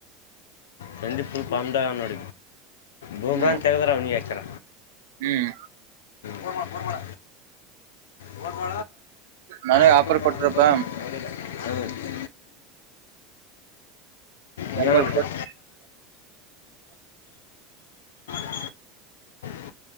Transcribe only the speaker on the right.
ಹ್ಮ್
ಹ್ಮ್
ನನಗ್
ಕೊಟ್ರಪ್ಪ
ಎಂಬತ್
ಕೋಟಿ